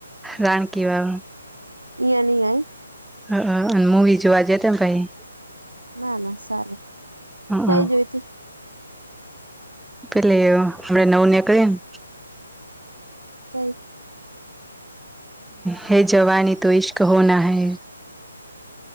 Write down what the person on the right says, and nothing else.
ય નહીય.
ના ના સારું થઈ
જોય ત.
જ.